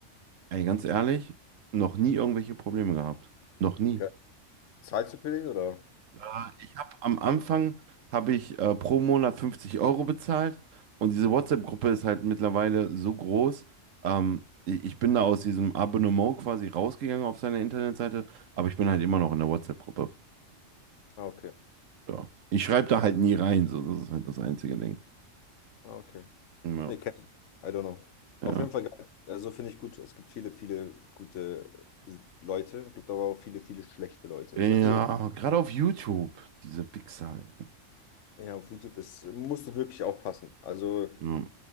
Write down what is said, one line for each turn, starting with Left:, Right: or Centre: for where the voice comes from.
Right: ey, ganz ehrlich, noch nie irgendwelche Probleme gehabt. Noch nie.
Left: Geil. Zahlst du für den oder?
Right: Äh, Ich habe am Anfang habe ich äh, pro Monat 50 Euro bezahlt und diese WhatsApp-Gruppe ist halt mittlerweile so groß. Ähm, ich ich bin da aus diesem Abonnement quasi rausgegangen auf seiner Internetseite, aber ich bin halt immer noch in der WhatsApp-Gruppe.
Left: Ah, okay.
Right: Ja. Ich schreibe
Left: Ja.
Right: da halt nie rein, so das ist halt das einzige Ding.
Left: Ah, okay.
Right: Ja,
Left: Nee, kenn ich. I don't know.
Right: ja.
Left: Auf jeden Fall geil. Also finde ich gut. Es gibt viele, viele gute äh, Leute, gibt aber auch viele, viele schlechte Leute.
Right: Ja,
Left: <laughs> Also,
Right: gerade auf YouTube, diese Wichser. ey.
Left: ja, auf YouTube ist, musst du wirklich aufpassen. Also,
Right: Ja.